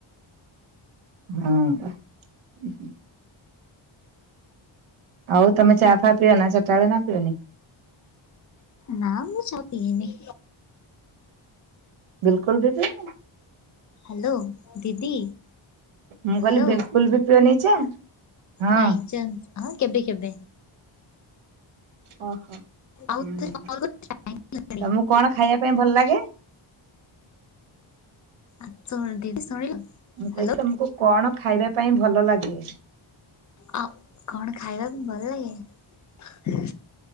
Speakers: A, on the right (about 85°); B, on the left (about 40°).
A: ହଁ। ହୁଁ ହୁଁ। ଆଉ ତମେ ଚା ଫା ପିଅ ନା ଚଟବେଳେ ନା ପିଅନି।
B: ନା ମୁଁ ତା ପିଏନି।
A: ବିଲକୁଲ ବି ପିଅନି?
B: ହାଲୋ ଦିଦି।
A: ମୁଁ କହିଲି
B: ହାଲୋ
A: ବିଲକୁଲ ବି ପିଅନି ଚା ହଁ।
B: ଭାଇଚନ୍ଦ। ହଁ କେବେ କେବେ
A: ଓହୋ ହୁଁ
B: ଆଉ। କଲ୍ କରୁଚି ଟାଇମ୍ ହେଲାଣି।
A: ତମକୁ କଣ ଖାଇବା ପାଇଁ ଭଲ ଲାଗେ।
B: ଆ ଶୁଣ ଦିଦି ଶୁଣିଲ।
A: ମୁଁ
B: ହ୍ୟାଲୋ
A: କହିଲି ତମକୁ କଣ ଖାଇବା ପାଇଁ ଭଲ ଲାଗେ।
B: ଆଉ କଣ ଖାଇବାକୁ ଭଲ ଲାଗେ।